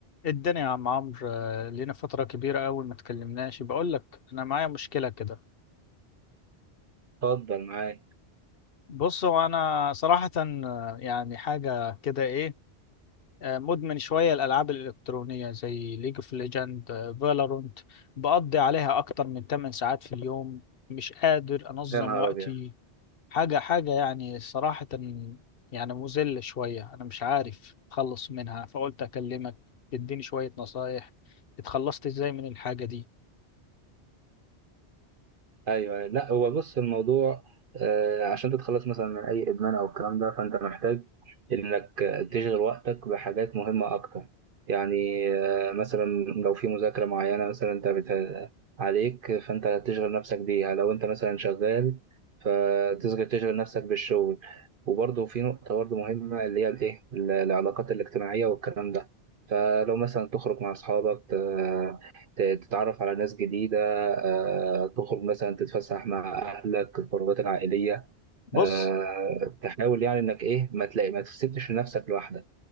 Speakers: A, on the left; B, on the right.
A: الدنيا يا عم عمرو آه، لينا فترة كبيرة أوي ما تكلمناش بقول لك أنا معايا مشكلة كده
B: اتفضل معاك
A: بص هو أنا صراحة آه، يعني حاجة كده إيه آه، مدمن شوية الألعاب الإلكترونية زي ليج اوف ليجند فالورنت بقضي عليها أكتر من 8 ساعات في اليوم مش قادر أنظم
B: يا نهار
A: وقتي
B: ابيض
A: حاجة حاجة يعني صراحة يعني مذلة شوية أنا مش عارف أخلص منها فقلت أكلمك تديني شوية نصايح اتخلصت إزاي من الحاجة دي
B: ايوه أيوة. لا هو بص الموضوع آه، عشان تتخلص مثلا من اي ادمان او الكلام ده فانت محتاج انك آه، تشغل وقتك بحاجات مهمه اكتر يعني آه، مثلا لو في مذاكره معينه مثلا انت بت- عليك فانت تشغل نفسك بيها لو انت مثلا شغال فتشغل تشغل نفسك بالشغل وبرضه في نقطه برضه مهمه اللي هي الايه ال- العلاقات الاجتماعيه والكلام ده فلو مثلا تخرج مع اصحابك ت- ت- تتعرف على ناس جديده آه، تخرج مثلا تتفسح مع اهلك الخروجات العائليه
A: بص
B: آه، تحاول يعني انك ايه ما تلاقي ما تسيبش نفسك لوحدك